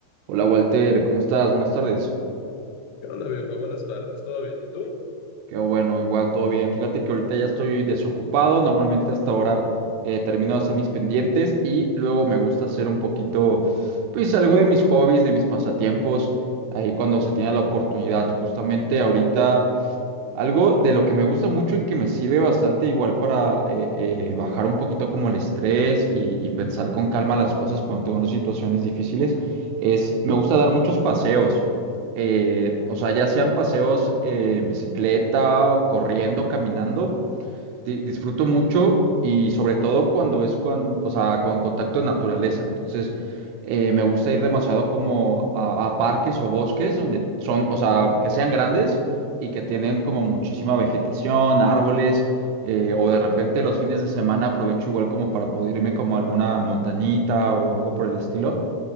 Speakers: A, on the right; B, on the left.
A: Hola Walter, ¿cómo estás? Buenas tardes.
B: ¿Qué onda, viejo? Buenas tardes. ¿Todo bien? ¿Y tú?
A: Qué bueno, igual todo bien. Fíjate que ahorita ya estoy desocupado. Normalmente hasta ahora eh, termino de hacer mis pendientes y luego me gusta hacer un poquito, pues algo de mis hobbies, de mis pasatiempos, ahí cuando se tiene la oportunidad. Justamente ahorita Algo de lo que me gusta mucho y que me sirve bastante igual para eh, eh, bajar un poquito como el estrés y, y pensar con calma las cosas cuando tengo unas situaciones difíciles es, me gusta dar muchos paseos. Eh, o sea, ya sean paseos eh, en bicicleta, corriendo, caminando di- disfruto mucho y sobre todo cuando es con, o sea, con contacto de naturaleza. Entonces, eh, me gusta ir demasiado como a, a parques o bosques donde son, o sea, que sean grandes y que tienen como muchísima vegetación, árboles, eh, o de repente los fines de semana aprovecho igual como para poder irme como a alguna montañita o algo por el estilo.